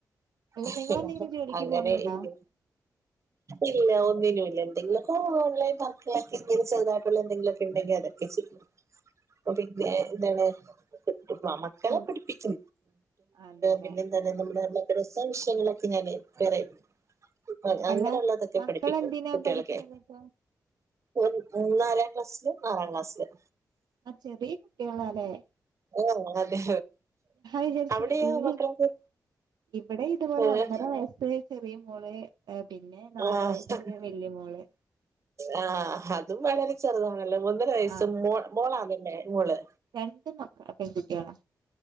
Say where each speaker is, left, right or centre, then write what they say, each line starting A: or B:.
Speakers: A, on the right; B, on the right.
A: അല്ല
B: ഹ്
A: നിങ്ങളെന്തെങ്കിലും
B: ഉം
A: ജോലിക്ക്
B: അങ്ങനെ
A: പോണുണ്ടോ
B: ഇരി ഇല്ലല്ല ഒന്നിനുല്ല എന്തെങ്കിലൊക്കെ ഓലൈൻെ ഇങ്ങനെ ചെുതായിട്ടുള്ള എന്തെങ്കിലൊക്കെ ഉണ്ടെങ്കിൽ അതൊക്കെ ചെയും. ആഹ് പിന്നെ എന്താണ് ആ മക്കളെ
A: ഫുഡ്
B: പഠിപ്പിച്ച്
A: അതെല്ലെ
B: പിന്നെ അത് നമ്മുടെ മക്കേടെ സംശയങ്ങളൊക്കെ ഞാന് ക്ലിയറേയ്യും ആഹ് അങ്ങനെള്ളതൊക്കെ
A: അല്ല മക്കളെന്തിനാ
B: പഠിപ്പിക്കും കുട്യോളൊക്കേ
A: പഠിക്കണതിപ്പോ
B: ഉം മൂ നാലാം ക്ലാസ്സ്ലും ആറാം ക്ലാസ്സ്ലും
A: ആഹ് ചെറിയ കുട്ടികളാലേ
B: ആഹ് അതെ
A: വിചാരിച്ചു
B: അവിടെയൊ
A: വല്യ
B: മക്കളൊക്കെ
A: ഇവിടെ ഇതുപോലെ
B: ഏഹ്
A: ഒന്നര വയസ്സ് ചെറിയ മോള് പിന്നെ നാലു
B: ആഹ്
A: വയസ്സ് വല്യ മോള്
B: ആഹ് അതും വളരെ ചെറുതാണല്ലോ ഒന്നര വയസ്സ്
A: ആ
B: മോ മോളാ ആണല്ലേ മോള്
A: രണ്ട് മക്കളും പേങ്കുട്യേ ളാ.